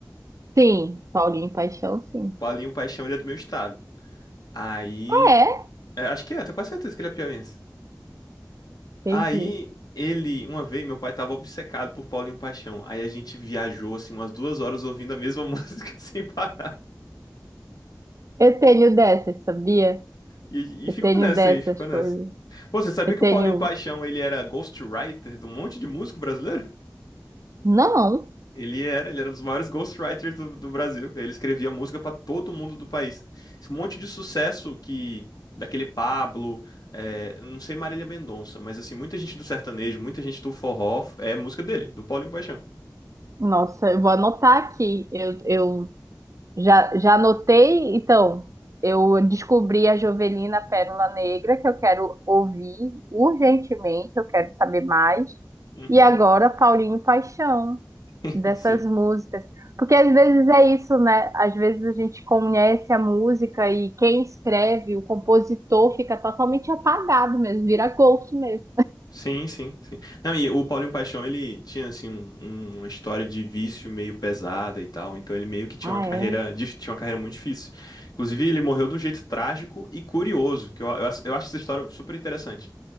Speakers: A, on the right (about 45°); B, on the left (about 60°).
A: Sim, Paulinho Paixão, sim.
B: Paulinho Paixão, ele é do meu estado. Aí,
A: Ah, é?
B: é, acho que é, eu tenho quase certeza que ele é piauiense. Aí,
A: Entendi.
B: ele, uma vez, meu pai tava obcecado por Paulinho Paixão. Aí a gente viajou, assim, umas duas horas ouvindo a mesma <laughs> música sem parar.
A: Eu tenho dessas, sabia?
B: E,
A: Eu
B: e ficou
A: tenho
B: nessa
A: dessas
B: aí, ficou nessa.
A: coisas.
B: Pô, você sabia
A: Eu
B: que
A: tenho.
B: o Paulinho Paixão, ele era ghostwriter de um monte de músico brasileiro?
A: Não!
B: Ele era, ele era um dos maiores ghostwriters do, do Brasil. Ele escrevia música pra todo mundo do país. Esse monte de sucesso que daquele Pablo, é, não sei Marília Mendonça, mas assim, muita gente do sertanejo, muita gente do forró é música dele, do Paulinho Paixão.
A: Nossa, eu vou anotar aqui. Eu, eu já, já anotei, então. Eu descobri a Jovelina Pérola Negra, que eu quero ouvir urgentemente, eu quero saber mais.
B: Uhum.
A: E agora, Paulinho Paixão.
B: <laughs>
A: dessas
B: Sim.
A: músicas. Porque às vezes é isso, né? Às vezes a gente conhece a música e quem escreve, o compositor, fica totalmente apagado mesmo, vira ghost mesmo.
B: Sim, sim, sim. Não, e o Paulinho Paixão, ele tinha assim um- um- uma história de vício meio pesada e tal, então ele meio que tinha
A: Ah,
B: uma carreira,
A: é?
B: dif- tinha uma carreira muito difícil. Inclusive, ele morreu de um jeito trágico e curioso, que eu, eu, acho- eu acho essa história super interessante.